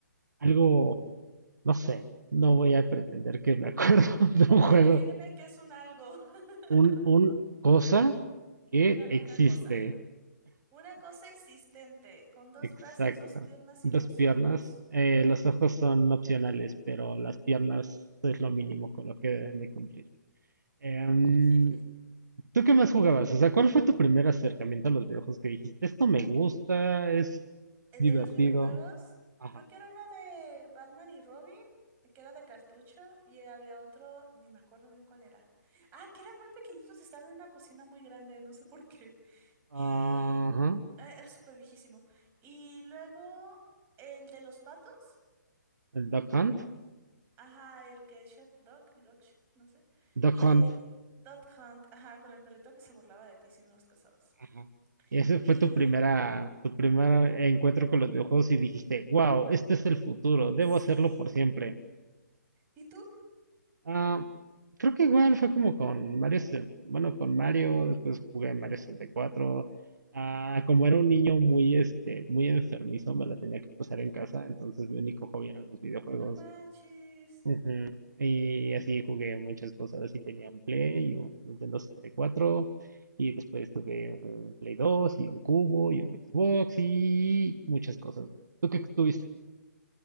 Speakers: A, on the right; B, on the right.
A: algo, no sé, no voy a pretender que me acuerdo <laughs>
B: Defíneme,
A: de un juego,
B: defíneme qué es un algo. <laughs>
A: un, un cosa que
B: Una,
A: existe,
B: una cosa. Una cosa existente, con dos
A: exacto.
B: brazos, dos piernas y
A: Dos
B: dos
A: piernas,
B: ojos.
A: eh, los ojos son opcionales, pero las piernas es lo mínimo con lo que deben de cumplir. Em,
B: <laughs>
A: ¿Tú qué más jugabas? O sea, ¿cuál fue tu primer acercamiento a los videojuegos que dijiste, esto me gusta, es
B: Eh,
A: divertido?
B: De los videojuegos,
A: Ajá.
B: creo que era uno de Batman y Robin, eh, que era de cartucho, y había otro, ni me acuerdo bien cuál era. Ah, que eran muy pequeñitos, estaba en una cocina muy grande, no sé por qué.
A: Ajá.
B: Y eh, era súper viejísimo. Y luego el de los patos,
A: El Duck Hunt.
B: ajá, el que Shot Dog, Dog, Sh- no sé.
A: Duck
B: Y
A: Hunt.
B: Dog Hunt, ajá, con el perrito que se burlaba de ti si no los cazabas.
A: Ajá. Y ese fue
B: Y
A: tu primera, tu primer
B: como,
A: encuentro con los videojuegos y dijiste, wow, este es el futuro, debo
B: sí,
A: hacerlo por siempre.
B: ¿y tú?
A: Ah, creo que igual fue como con Mario, se- bueno, con Mario, después jugué Mario 64. Ah, como era un niño muy, este, muy enfermizo, me la tenía que pasar en casa, entonces mi único hobby eran los videojuegos.
B: No manches.
A: Ujú. Y así jugué muchas cosas y tenía un Play y un Nintendo 64 y cuatro y después tuve un Play 2 y un Cubo y un Xbox y muchas cosas. ¿Tú qué tuviste?